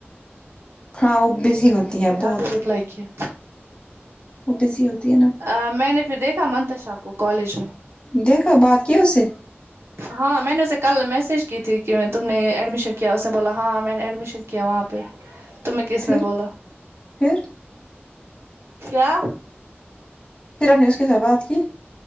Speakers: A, on the left; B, on the right.
A: ہاں وہ بزی ہوتی ہے
B: نہیں
A: بہت
B: ابی رپلائی کیا
A: وہ بزی ہوتی ہے نا
B: ا میں نے پھر دیکھا منتشا کو کالج میں
A: دیکھا بات کی اس سے
B: ہاں میں نے اسے کل میسج کی تھی کہ تم نے ایڈمیشن کیا اس نے بولا ہاں میں نے ایڈمیشن کیا وہاں پہ تمہیں کس
A: پھر
B: نے بولا
A: پھر
B: کیا
A: پھر آپ نے اس کے ساتھ بات کی